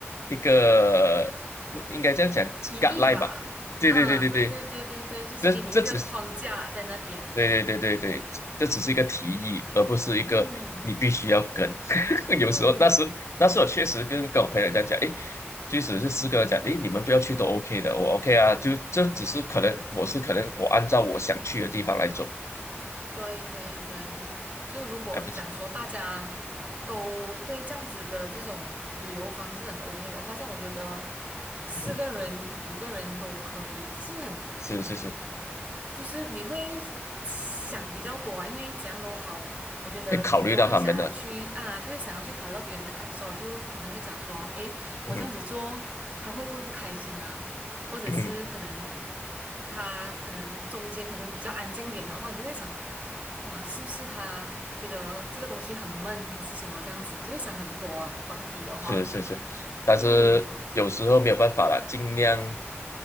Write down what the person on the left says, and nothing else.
一个不应该这样讲
guideline 吧？对对对对对，
这这只是。对对对对对，这只是一个提议，而不是一个你必须要跟。
<laughs> 有时候，
那时那时候确实跟跟我朋友这样讲，诶，即使是四个人讲，诶，你们不要去都 OK 的，我 OK 啊，就这只是可能我是可能我按照我想去的地方来走，
哎，不是，
嗯，
是是是，
可以考虑到他们的，
嗯
嗯。
是是是，但是有时候没有办法了，
尽量